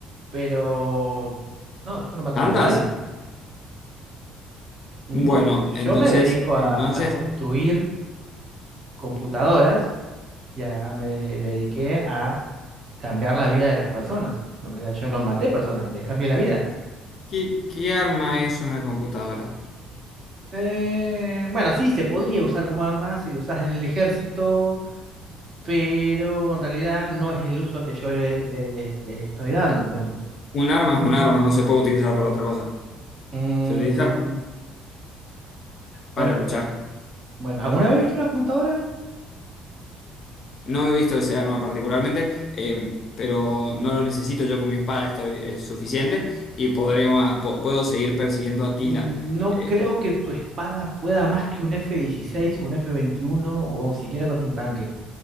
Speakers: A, on the right; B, on the left.
A: pero no, yo no mato
B: ¿Tantas?
A: ni a nadie. No,
B: Bueno,
A: yo
B: entonces,
A: me dedico a,
B: entonces.
A: a construir computadoras ya me, me dediqué a cambiar la vida de las personas. Bueno, en realidad yo no maté personas, les cambié la vida.
B: ¿Qué, qué arma es una computadora?
A: Eh, bueno, sí, se podría usar como arma si lo usas en el ejército, pero en realidad no es el uso que yo le, le- le- le estoy dando, digamos.
B: Un arma es un arma, no se puede utilizar para otra cosa.
A: Mm,
B: Se utiliza para
A: bueno, pero
B: luchar.
A: bueno, ¿alguna vez viste una computadora?
B: No he visto ese arma particularmente, eh, pero no lo necesito. Yo con mi espada estoy es suficiente y podremos, po- puedo seguir persiguiendo a Tila.
A: Mm, No
B: Eh,
A: creo que tu espada pueda más que un F-16 o un F-21 o siquiera contra un tanque.